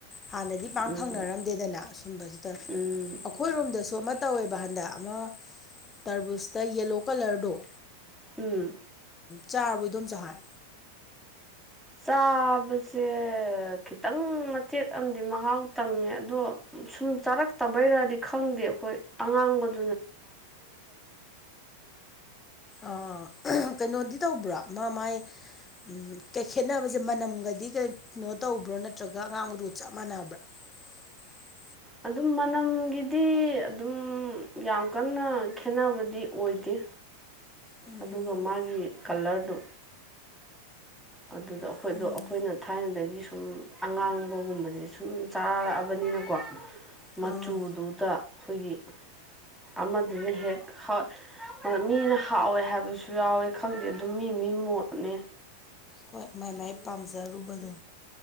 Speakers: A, on the left; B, in the centre.
A: ꯍꯥꯟꯅꯗꯤ ꯄꯥꯡ
B: ꯎꯝ
A: ꯐꯪꯅꯔꯝꯗꯦꯗꯅ ꯑꯁꯨꯝꯕꯁꯤꯗ
B: ꯎꯝ
A: ꯑꯩꯈꯣꯏꯔꯣꯝꯗꯁꯨ ꯑꯃ ꯇꯧꯋꯦꯕ ꯍꯟꯗꯛ ꯑꯃ ꯇꯔꯕꯨꯁ ꯗ ꯌꯦꯂꯣ ꯀꯂꯔꯗꯣ
B: ꯎꯝ
A: ꯆꯥꯔꯕꯩꯗꯣꯝ ꯆ ꯍꯥꯏꯥꯏ
B: ꯆꯥꯕꯁꯦ ꯈꯤꯇꯪ ꯃꯆꯦꯠ ꯑꯃꯗꯤ ꯃꯍꯥꯎ ꯇꯪꯉꯦ ꯑꯗꯣ ꯁꯨꯝ ꯆꯥꯔꯛꯇꯕꯩꯔꯗꯤ ꯈꯪꯗꯦ ꯑꯩꯈꯣꯏ ꯑꯉꯥꯡꯕꯗ
A: ꯑ ꯀꯩꯅꯣꯗꯤ ꯇꯧꯕ꯭ꯔꯥ ꯃꯥ ꯃꯥꯏ ꯎꯝ ꯀꯩ ꯈꯦꯠꯅꯕꯁꯦ ꯃꯅꯝꯒꯗꯤ ꯀꯩ ꯀꯩꯅꯣ ꯇꯧꯕ꯭ꯔꯣ ꯅꯠꯇ꯭ꯔꯒ ꯑꯉꯥꯡꯒꯗꯨ ꯆꯞ ꯃꯥꯟꯅꯕ꯭ꯔꯥ <unintelligible>
B: ꯑꯗꯨꯝ ꯃꯅꯝꯒꯤꯗꯤ ꯑꯗꯨꯝ ꯌꯥꯝ ꯀꯟꯅ ꯈꯦꯠꯅꯕꯗꯤ ꯑꯣꯏꯗꯦ
A: ꯎꯝ
B: ꯑꯗꯨꯒ ꯃꯥꯒꯤ ꯀꯂꯔꯗꯨꯣ ꯑꯗꯨꯗ ꯑꯩꯈꯣꯏꯗꯣ
A: ꯎꯝ
B: ꯑꯩꯈꯣꯏꯅ ꯊꯥꯏꯅꯗꯒꯤ ꯁꯨꯝ ꯑꯉꯥꯡꯕꯒꯨꯝꯕꯁꯦ ꯁꯨꯝ ꯆꯥꯔꯛꯑꯕꯅꯤꯅ ꯀꯣ
A: ꯑꯥ
B: ꯃꯆꯨꯗꯨꯗ ꯑꯩꯈꯣꯏꯒꯤ ꯑꯃꯗꯨꯅ ꯍꯦꯛ ꯍꯥꯎ ꯃꯤꯅ ꯍꯥꯎꯋꯦ ꯍꯥꯏꯕꯁꯨ ꯌꯥꯎꯋꯦ ꯈꯪꯗꯦ ꯑꯗꯨꯝ ꯃꯤ ꯃꯤ ꯃꯠꯅꯦ
A: ꯍꯣꯏ ꯃꯥꯏ ꯃꯥꯏ ꯄꯥꯝꯖꯔꯨꯕꯗꯣ